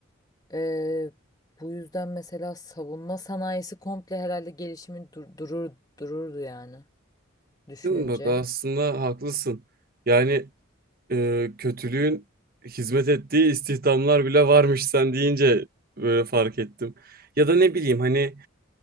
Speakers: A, on the left; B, on the right.
A: Ee, bu yüzden mesela savunma sanayisi komple herhalde gelişimi dur- durur dururdu yani düşününce.
B: Değil mi? Bak aslında haklısın. Yani e, kötülüğün hizmet ettiği istihdamlar bile varmış sen deyince böyle fark ettim. Ya da ne bileyim hani